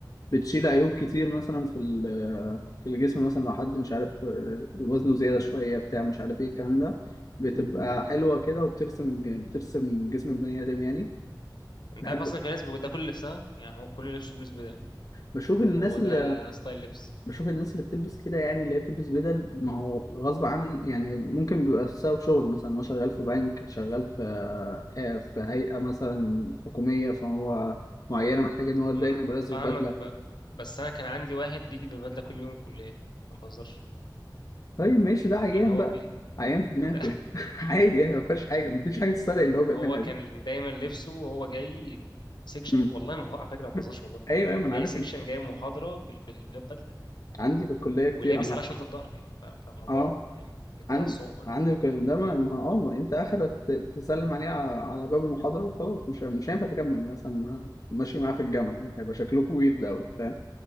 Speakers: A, on the left; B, on the left.
A: بتشيل عيوب كتير مثلا في ال- في الجسم مثلا لو حد مش عارف آه، وزنه زيادة شوية بتاع مش عارف ايه الكلام ده بتبقى حلوة كده وبترسم الج- بترسم جسم البني آدم يعني
B: انت
A: بحب
B: عارف اصلا في ناس بيبقى ده كل لبسها يعني هو كل لبسه بلوز بدل
A: بشوف إن الناس
B: هو
A: اللي
B: ده ستايل لبس
A: بشوف الناس اللي بتلبس كده يعني اللي هي بتلبس بدل ما هو غصب عن يعني ممكن بيبقى بسبب شغله مثلا هو شغال في بنك شغال في آه، في هيئة مثلا حكومية فهو معينة محتاج إن هو دايما
B: مم.
A: يبقى لابس
B: فاهمك
A: بدلة
B: ب... بس انا كان عندي واحد بيجي ببدله كل يوم الكليه ما بهزرش
A: طيب ماشي ده عيان
B: يعني هو
A: بقى
B: بي
A: عيان في
B: <laughs>
A: دماغه
B: لا
A: يعني <laughs> عادي يعني ما فيهاش حاجه ما فيش حاجه تستدعي اللي هو بيعملها
B: هو كان
A: دي
B: دايما لبسه وهو جاي سيكشن
A: مم.
B: والله ما بهزر على فكره ما
A: <laughs>
B: بهزرش والله
A: ايوه ايوه
B: هو
A: ما انا
B: جاي
A: عارف
B: سيكشن جاي محاضره بال... بال... بالبدله
A: عندي في الكليه كتير
B: ولابس
A: عامه
B: على شنطه ظهر يعني ف... فالموضوع
A: اه
B: يعني منتهى
A: عن...
B: الصعوبه يعني
A: عندي في الكليه ده ما ما- اه ما انت اخرك ت- تسلم عليه على على باب المحاضره وخلاص مش مش هينفع تكمل مثلا ما- ماشي معاه في الجامعه يعني هيبقى شكلكم ويرد قوي فاهم